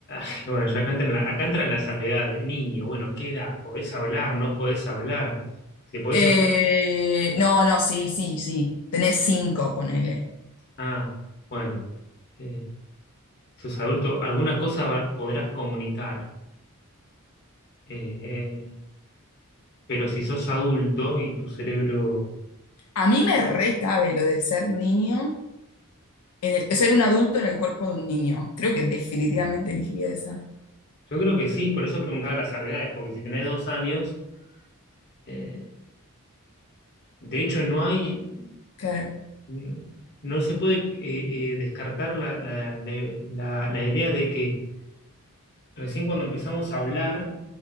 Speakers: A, on the left; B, on the left.
A: <laughs> Bueno, ya acá entran, la- acá entran la salvedad. Niño, bueno, ¿qué edad? ¿Podés hablar? ¿No podés hablar? Si podés
B: Eh,
A: hablar.
B: no, no, sí, sí, sí. Tenés cinco, ponele.
A: Ah, bueno. Eh, sos adulto, alguna cosa va- podrás comunicar. Eh, pero si sos adulto y tu cerebro.
B: A mí me recabe lo de ser niño, en el- ser un adulto en el cuerpo de un niño. Creo que definitivamente elegiría esa.
A: Yo creo que sí, por eso preguntaba las salvedades, porque si tenés dos años. eh, de hecho, no hay.
B: Claro.
A: No, no se puede eh, eh, descartar la la- la- la- la idea de que recién cuando empezamos a hablar,